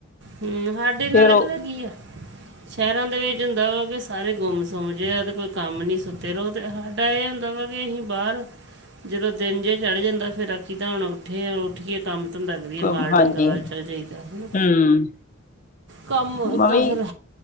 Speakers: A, on the right (about 60°); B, on the left (about 40°).
A: ਹੂੰ, ਹਾਡੇ ਨਾਲੇ
B: ਫੇਰ ਉਹ
A: ਭਲਾ ਕੀ ਆ, ਸ਼ਹਿਰਾਂ ਦੇ ਵਿੱਚ ਹੁੰਦਾ ਵਾ ਬਈ ਸਾਰੇ ਗੁੰਮ ਸੁਮ ਜੇ ਆ ਤੇ ਕੋਈ ਕੰਮ ਨੀਂ ਸੁੱਤੇ ਰਹੋ ਤੇ ਹਾਡਾ ਏ ਹੁੰਦਾ ਵਾ ਕਿ ਅਸੀਂ ਬਾਹਰ ਜਦੋਂ ਦਿਨ ਜਿਆ ਚੜ ਜਾਂਦਾ ਫਿਰ ਆਖੀਦਾ ਹੁਣ ਉੱਠੇ ਆਂ ਉੱਠੀਏ। ਕੰਮ ਧੰਦਾ ਕਰੀਏ,
B: ਹੂੰ
A: ਮਾਲ
B: ਹਾਂਜੀ।
A: ਡੰਗਰ ਵੱਲ ਚੱਲ ਜਾਈਦਾ, ਹੈਨਾ।
B: ਹੂੰ,
A: ਕੰਮ ਓਦਾ
B: ਮੈਂ ਵੀ
A: ਫਿਰ